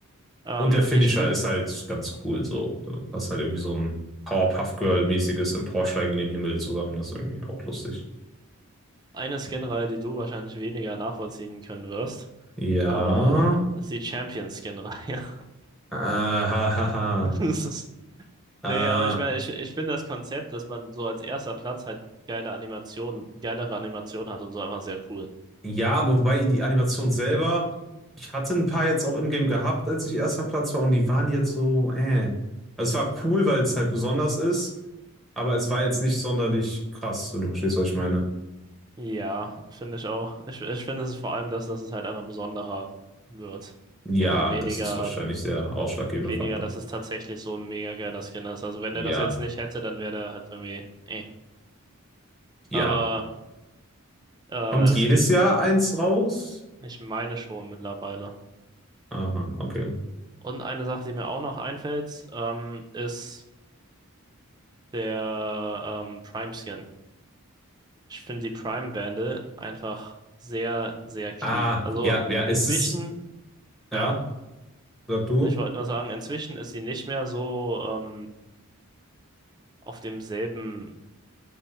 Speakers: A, on the right; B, in the centre.
A: Ähm,
B: Und der Finisher
A: ich finde,
B: ist halt ganz cool so. Du hast halt irgendwie so ein Powerpuff Girl-mäßiges Emporsteigen in den Himmel zusammen. Das ist irgendwie auch lustig.
A: eine Skin-Reihe, die du wahrscheinlich weniger nachvollziehen können wirst,
B: Ja.
A: äh, ist die Champion-Skin-Reihe.
B: Äh, ha, ha,
A: <laughs> Das ist-
B: ha.
A: Nee, aber ich meine,
B: Äh,
A: ich, ich finde das Konzept, dass man so als erster Platz halt geile Animationen, geilere Animationen hat und so einfach sehr cool.
B: ja, aber wobei die Animation selber, ich hatte ein paar jetzt auch in-game gehabt, als ich erster Platz war und die waren jetzt so, äh. Also es war cool, weil es halt besonders ist, aber es war jetzt nicht sonderlich krass, wenn du verstehst, was ich meine.
A: Ja, finde ich auch. Ich, ich finde es ist vor allem das, dass es halt einfach besonderer wird
B: Ja,
A: und weniger,
B: das ist wahrscheinlich der ausschlaggebende
A: weniger,
B: Faktor.
A: dass es tatsächlich so ein mega geiler Skin ist. Also wenn
B: Ja,
A: er das jetzt nicht hätte, dann wäre der halt irgendwie, eh.
B: ja.
A: Aber äh,
B: Kommt
A: es
B: jedes
A: gibt,
B: Jahr eins raus?
A: ich meine schon mittlerweile.
B: Aha, okay.
A: Und eine Sache, die mir auch noch einfällt, ähm, ist der ähm, Prime Skin. Ich finde die Prime Bande einfach sehr, sehr clean.
B: Ah,
A: Also
B: ja, ja, es
A: inzwischen,
B: ist,
A: ja,
B: ja, sag du.
A: ich wollte nur sagen, inzwischen ist sie nicht mehr so. Ähm, auf demselben